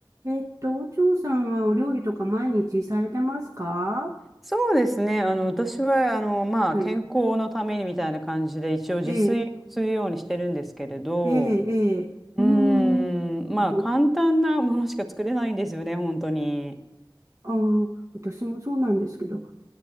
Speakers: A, on the right; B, in the centre.
A: えっと、お嬢さんはお料理とか毎日されてますか
B: そうですね。あの、私は、あの、まあ、
A: はい。
B: 健康のためにみたいな感じで、一応自炊をするようにしてるんですけれど、
A: ええ、ええ、ええ、
B: うーん、
A: うーん、
B: まあ、
A: ど、
B: 簡単なものしか作れないんですよね、本当に。
A: あの、私もそうなんですけど、